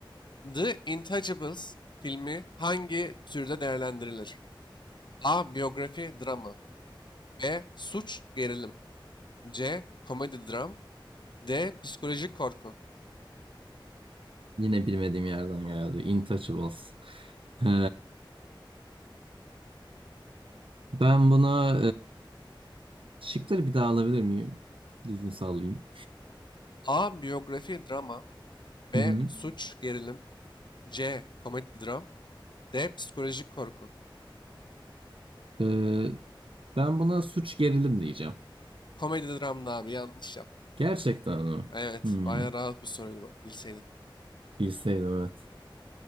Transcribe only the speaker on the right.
Yine bilmediğim yerden geldi. Intouchables. Ee, ben buna e, şıkları bir daha alabilir miyim? Düzgün sallayayım.
Hı hı.
Ee, ben buna suç gerilim diyeceğim.
Gerçekten mi?
Hmm,
bilseydim evet.